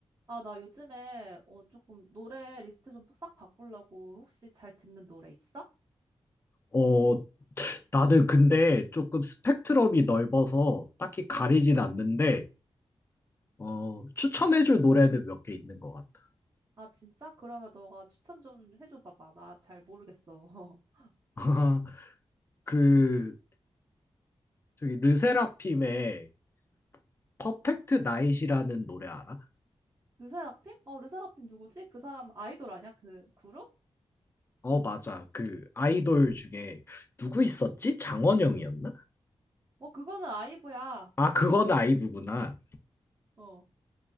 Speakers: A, on the right (about 35°); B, on the left (about 25°).
A: 아, 나 요즘에 어 조금 노래 리스트 좀 싹 바꾸려고 혹시 잘 듣는 노래 있어?
B: 어, 나는 근데 조금 스펙트럼이 넓어서 딱히 가리진 않는데, 어, 추천해줄 노래는 몇 개 있는 것 같아.
A: 아, 진짜? 그러면 너가 추천 좀 해줘 봐봐. 나 잘 모르겠어. <laughs>
B: <laughs> 그, 저기, 르세라핌의 퍼펙트 나잇이라는 노래 알아?
A: 르세라핌? 어, 르세라핌 누구지? 그 사람 아이돌 아니야? 그 그룹?
B: 어, 맞아. 그 아이돌 중에 누구 있었지? 장원영이었나?
A: 어, 그거는 아이브야.
B: 아, 그건 아이브구나.
A: 어,